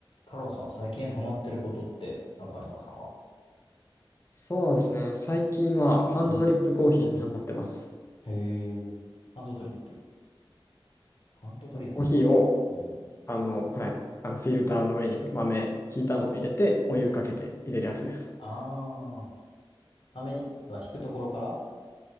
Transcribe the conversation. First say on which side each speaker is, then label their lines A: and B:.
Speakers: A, on the left; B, on the left.
A: 太郎さん、最近ハマってることって何かありますか
B: そうですね。最近はハンドドリップコーヒーにハマってます。
A: うん。へえ。ハンドドリップ。ハンドドリップ。
B: あのコーヒーを、
A: うん。
B: あの、はい、あのフィルターの上に豆ひいたのを入れて、お湯かけて入れるやつです。
A: あー。雨は引くところから